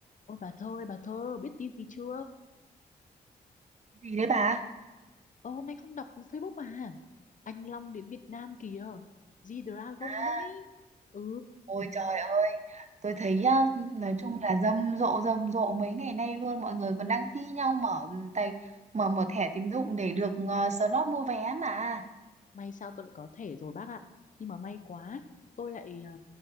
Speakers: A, on the left; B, on the right.
A: Ôi bà Thơ ơi bà Thơ biết tin gì chưa
B: gì đấy bà
A: Ơ hôm nay không đọc Facebook à Anh Long đến Việt Nam kìa G-Dragon
B: à,
A: đấy Ừ
B: ôi trời ơi tôi thấy á, nói chung là rầm rộ rầm rộ mấy ngày nay luôn mọi người còn đang thi nhau mở tài mở mở thẻ tín dụng để được ờ, slot mua vé mà
A: May sao tôi lại có thẻ rồi bác ạ Nhưng mà may quá Tôi lại ờ,